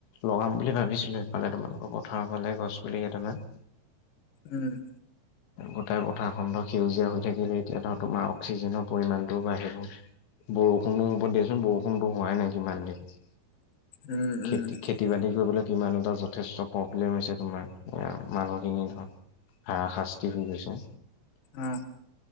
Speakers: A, on the left; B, on the left.
A: লগাম বুলি ভাবিছিলোঁ এইফালে তোমালোকৰ পথাৰৰ ফালে গছ পুলি কেইটামান।
B: উম,
A: গোটেই পথাৰ খনতো সেউজীয়া হৈ থাকিল এতিয়া ধৰ তোমাৰ অক্সিজেনো পৰিমাণটোও বাঢ়িব। বৰষুণো হ'ব দিয়াচোন বৰষুণতো হোৱাই নাই কিমান দিন খেতি-
B: উম উম
A: খেতি খেতি বাতি কৰিবলৈ কিমান এটা যথেষ্ট প্ৰব্লেম হৈছে তোমাৰ মানুহখিনি ধৰ হাৰা শাস্তি হৈ গৈছে।
B: উম,